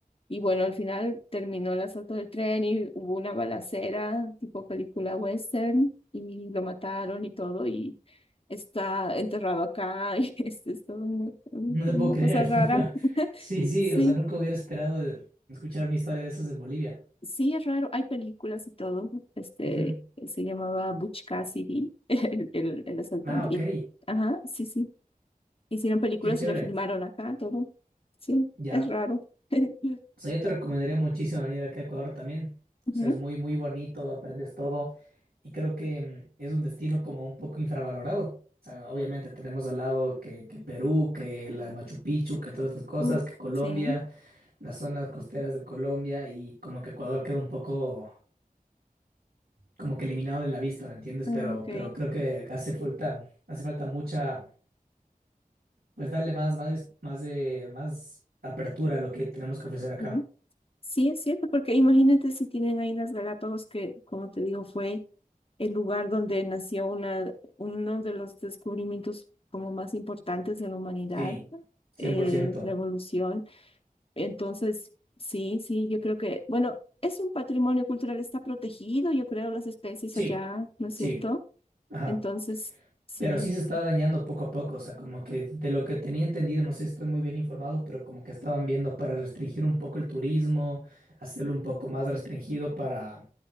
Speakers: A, on the left (about 40°); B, on the right (about 85°).
A: Y bueno, al final terminó el asalto del tren y hubo una balacera tipo película western y lo mataron y todo y está enterrado acá <laughs> y es, es todo una
B: No te
A: una
B: puedo creer.
A: cosa rara.
B: <laughs> Sí, sí,
A: Sí.
B: o sea, nunca hubiera esperado escuchar una historia de esas en Bolivia.
A: Sí, es raro, hay películas y todo. Este
B: Ujú.
A: se llamaba Butch Cassidy, <laughs> el, el, el asaltante.
B: Ah, ok.
A: Y, ajá, sí, sí. Hicieron películas
B: Qué chévere.
A: y le filmaron acá todo. Sí,
B: Ya.
A: es raro. <laughs>
B: O sea, yo te recomendaría muchísimo venir acá a Ecuador también.
A: Ujú.
B: O sea, es muy, muy bonito, aprendes todo. Y creo que mm, es un destino como un poco infravalorado. O sea, obviamente tenemos al lado que, que Perú, que la Machu Picchu, que todas estas cosas,
A: Mm,
B: que Colombia,
A: Sí,
B: las zonas costeras de Colombia y como que Ecuador queda un poco como que eliminado de la vista, ¿me entiendes?
A: Ah,
B: Pero,
A: ok.
B: pero creo que hace falta, hace falta mucha, pues darle más, más, más de, más apertura a lo que tenemos que ofrecer
A: Ujú.
B: acá.
A: Sí, es cierto, porque imagínate si tienen ahí las Galápagos, que como te digo, fue el lugar donde nació una, uno de los descubrimientos como más importantes de la humanidad,
B: Sí, cien
A: eh,
B: por ciento.
A: la evolución. Entonces, sí, sí, yo creo que, bueno, es un patrimonio cultural, está protegido, yo creo, las especies
B: Sí,
A: allá, ¿no es
B: sí,
A: cierto?
B: ajá.
A: Entonces, sí,
B: Pero sí se
A: sí,
B: está dañando poco a poco, o sea, como que de lo que tenía entendido, no sé si estoy muy bien informado, pero como que estaban viendo para restringir un poco el turismo, hacerlo un poco más restringido para,